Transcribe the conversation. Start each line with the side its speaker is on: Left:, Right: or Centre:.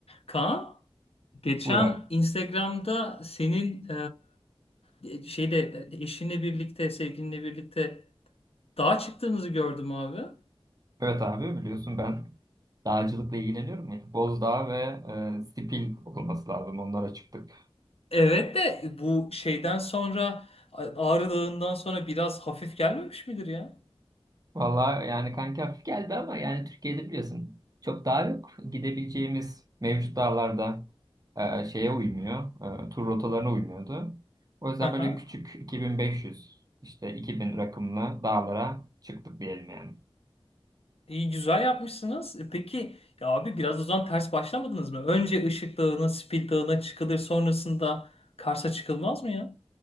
Left: Kaan, geçen
Right: Buyur abi.
Left: Instagram'da senin e, şeyle eşinle birlikte, sevgilinle birlikte dağa çıktığınızı gördüm abi.
Right: Evet abi biliyorsun ben dağcılıkla ilgileniyorum ya. Bozdağ ve e, Sipil olması lazım onlara çıktık.
Left: Evet de bu şeyden sonra Ağrı Dağı'ndan sonra biraz hafif gelmemiş midir ya?
Right: Valla yani kanki hafif geldi ama yani Türkiye'de biliyorsun çok dağ yok. Gidebileceğimiz mevcut dağlarda e, şeye uymuyor. E, tur rotalarına uymuyordu. O yüzden
Left: Hı hı.
Right: böyle küçük 2500 işte 2000 rakımlı dağlara çıktık diyelim yani.
Left: İyi güzel yapmışsınız. E Peki ya abi biraz o zaman ters başlamadınız mı? Önce Işık Dağı'na, Spil Dağı'na çıkılır sonrasında Kars'a çıkılmaz mı ya?